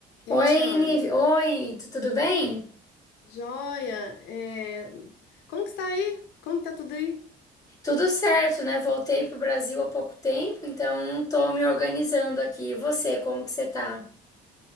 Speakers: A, on the left; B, on the left.
A: Ei,
B: Oi,
A: Tiane.
B: Nive. Oi, tu- tudo bem?
A: Joia, é, como que está aí? Como que tá tudo aí?
B: Tudo certo, né? Voltei pro Brasil há pouco tempo, então tô me organizando aqui. E você, como que você tá?